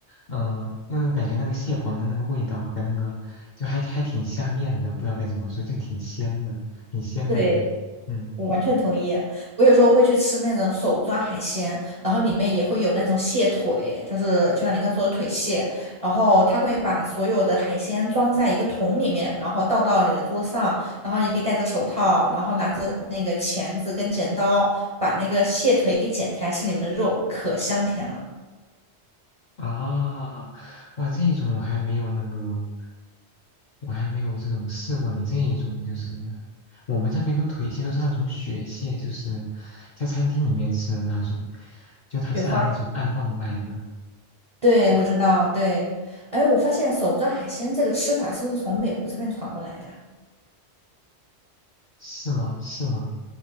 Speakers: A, on the left; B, on the right.
A: 嗯、因为我感觉那个蟹黄的那个味道和那个就还还挺下面的，不知道该怎么说，就挺鲜的，挺鲜美的。
B: 对。
A: 嗯。
B: 我完全同意。我有时候会去吃那种手抓海鲜，然后里面也会有那种蟹腿，就是就像你刚说的腿蟹，然后他会把所有的海鲜装在一个桶里面，然后倒到你的桌上，然后你可以戴着手套，然后拿着那个钳子跟剪刀把那个蟹腿给剪开，吃里面的肉，可香甜了。
A: 啊，哇，这一种我还没有那个，我还没有这种试过。你这一种就是，我们这边的腿蟹都是那种雪蟹，就是在餐厅里面吃的那种，就它是按那种按磅卖的，
B: 雪花，对，我知道，对。哎，我发现手抓海鲜这个吃法是不是从美国这边传过来的啊
A: 是吗？是吗？